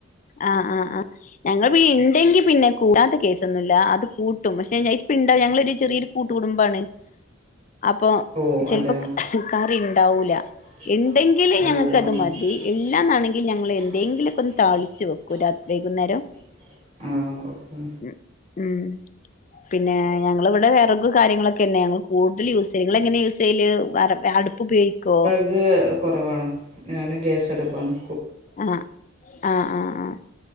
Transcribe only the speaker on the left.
ആഹ് ആ ആ ഞങ്ങൾ പി ഇണ്ടെങ്കി പിന്നെ കൂട്ടാത്ത കേസൊന്നുയില്ല അത് കൂട്ടും പക്ഷെ ഇപ്പോ ഇണ്ടോ ഞങ്ങള്ളൊരു ചെറിയൊരു കൂട്ടുകുടുംബമാണ് അപ്പൊ
ചിലപ്പ
കറി ഉണ്ടാവൂല
ഇണ്ടെങ്കിൽ
ഞങ്ങൾക്കത്
മതി
ഇല്ലാന്നാണെങ്കിൽ ഞ ങ്ങൾ
എതെങ്കിലൊക്കെ ഒന്ന് താളിച്ച് വെക്കും
രാ വൈകുന്നേരം
ഉ ഉം പിന്നെ ഞങ്ങള് ഇവടെ വിറക് കാര്യങ്ങളൊക്കെ തന്നെ ഞങ്ങൾ കൂടുതൽ യൂസ് ചെയ്യൽ ഇങ്ങൾ എങ്ങനെ യൂസ് ചെയ്യല് അടു പ്പ് ഉപയോഗിക്കോ
ആ ആ ആ ആഹ്